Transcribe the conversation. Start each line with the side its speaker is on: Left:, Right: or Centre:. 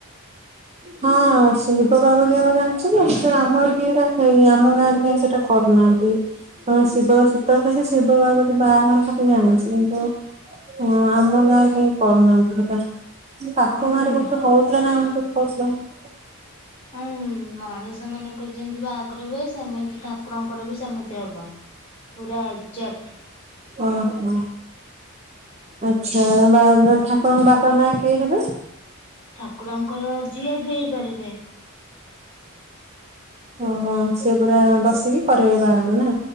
Right: ହଁ ଶିବପାର୍ବତୀଙ୍କର ଜାଣିଚି ଯେ କିନ୍ତୁ ଆମର ଏଠି ହେରା ନାହିଁ ଆମ ଗାଁରେ ହଁ, ସେଟା କରୁନାହାନ୍ତି। ହଁ ଶିବ ଶୀତଳଶଷ୍ଟି ଶିବପାର୍ବତୀ ବାହାଘର ଖାଲି ଜାଣିଚି, କିନ୍ତୁ ହ ଆମଗାଁରେ କାହିକରୁନାହାନ୍ତି ହେଟା, ପାଖ
Left: ହୁଁ।
Right: ଗାଁରେ ହଉଥିଲା ନା କଣ? <unintelligible>
Left: ହଁ ମଣିଷ ମାନଙ୍କର ଯେମିତି ବି ବାହାଘର ହୁଏ, ସେମିତି ଠାକୁରଙ୍କର ବି ସେମିତି। ହବ, ପୁରା ଏକଜାକ୍ଟ।
Right: ଓ ହୋ। ଆଛା, ବା ମାନେ ଠାକୁରଙ୍କ ବାପା ମା କିଏ ହେବେ?
Left: ଠାକୁରଙ୍କର ଯିଏବି ହେଇପାରିବେ।
Right: ଓହୋ, ସିଏ ପୁରା ବସିକି କରିବେ ବାହାଘର ନା?